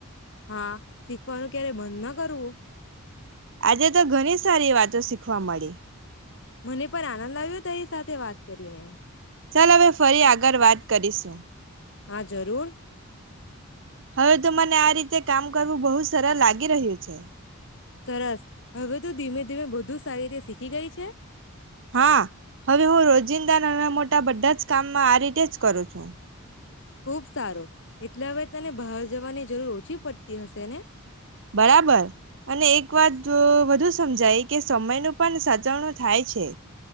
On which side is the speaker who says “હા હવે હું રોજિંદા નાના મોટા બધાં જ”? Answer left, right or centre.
Right